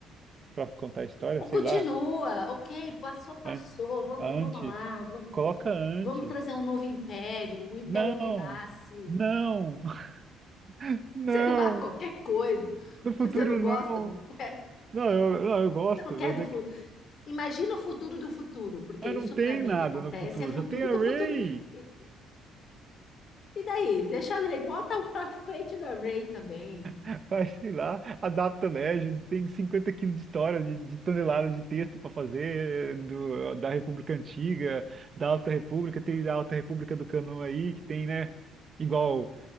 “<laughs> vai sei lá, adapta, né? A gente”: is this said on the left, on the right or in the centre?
Right